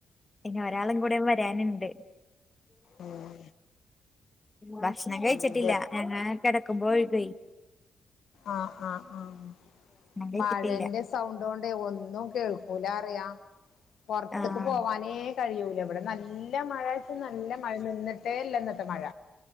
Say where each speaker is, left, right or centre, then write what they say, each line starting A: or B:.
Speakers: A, on the left; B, on the left.
A: ഇനി ഒരാളും കൂടെ വരാന്ണ്ട്.
B: ഉം
A: ഭക്ഷണം കഴിച്ചിട്ടില്ല
B: എന്ത്
A: ഞങ്ങ കെടക്കുമ്പോ വെഴുകേ
B: അഹ് അഹ് ആഹ്
A: കഴിച്ചിട്ടില്ല.
B: മഴന്റെ സൗണ്ടോണ്ടെ ഒന്നും കേൾക്കൂലാറിയാം പൊറ്ത്ത്ക്ക്
A: ആഹ്
B: പോവാനേ കഴിയൂല ഇവിടെ നല്ല മഴച്ചാ നല്ല മഴ നിന്നിട്ടേ ഇല്ല ഇന്നത്തെ മഴ